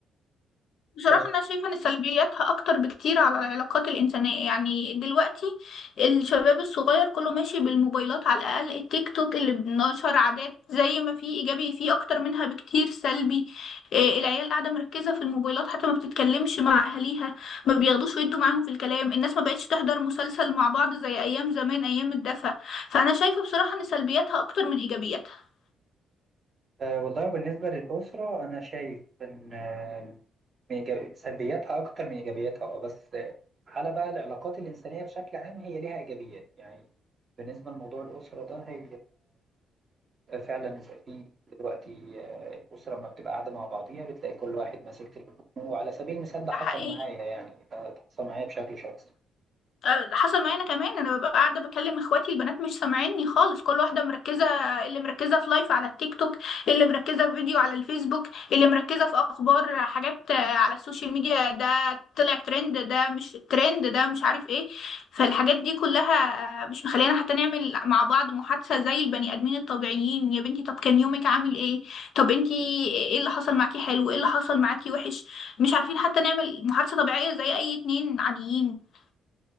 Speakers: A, on the left; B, on the right.
A: بصراحة
B: بس
A: أنا شايفة إن سلبياتها أكتر بكتير على العلاقات الإنسانية يعني دلوقتي الشباب الصغير كله ماشي بالموبايلات على الأقل التيك توك اللي بنشر عادات زي ما في إيجابي فيه أكتر منها بكتير سلبي إيه العيال قاعدة مركزة في الموبايلات حتى ما بتتكلمش مع أهاليها ما بياخدوش ويدوا معاهم في الكلام الناس ما بقتش تحضر مسلسل مع بعض زي أيام زمان أيام الدفا فأنا شايفة بصراحة إن سلبياتها أكتر من إيجابياتها
B: آه، والله بالنسبه للاسره انا شايف ان آه، من إيجابي- سلبياتها اكتر من ايجابياتها اه بس آه، على بقى العلاقات الانسانيه بشكل عام هي ليها ايجابيات يعني بالنسبه لموضوع الاسره ده هي فعلا في دلوقتي آه، الأسرة لما بتبقى قاعدة مع بعضيها بتلاقي كل واحد ماسك تليفونه وعلى سبيل المثال ده
A: ده
B: حصل
A: حقيقي
B: معايا يعني ده حصل معايا بشكل شخصي
A: أه، حصل معايا انا كمان انا ببقى قاعده بكلم اخواتي البنات مش سامعيني خالص كل واحده مركزه اللي مركزه في لايف على التيك توك اللي مركزه في فيديو على الفيسبوك اللي مركزه في اخبار حاجات آه، على السوشيال ميديا ده طلع ترند ده مش ترند ده مش عارف ايه فالحاجات دي كلها آه، مش مخلينا حتى نعمل مع بعض محادثه زي البني ادمين الطبيعيين يا بنتي طب كان يومك عامل ايه طب انتي ايه اللي حصل معاكي حلو ايه اللي حصل معاكي وحش مش عارفين حتى نعمل محادثه طبيعيه زي اي اتنين عاديين